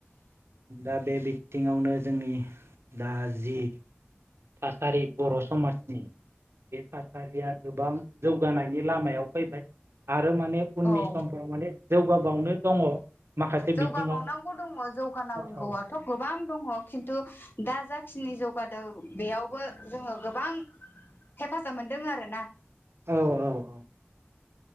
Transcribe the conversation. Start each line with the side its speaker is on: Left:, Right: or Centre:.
Right: दा बे बि थिङावनो जोंनि दा जि थासारि बर' समाजनि बे थासारिया गोबां जौगानायनि लामायाव फैबाय आ रो माने उननि
Left: औ
Right: समफोराव माने जौगाबावनो दङ माखासे
Left: जौगाबावनांगौ
Right: बिथिङाव
Left: दङ जौगानांगौआथ'
Right: औ औ
Left: गोबां दङ खि थु दा जाखिनि जौगादों बेयावबो जोङो गोबां हेफाजाब मोनदों आरोना
Right: औ औ औ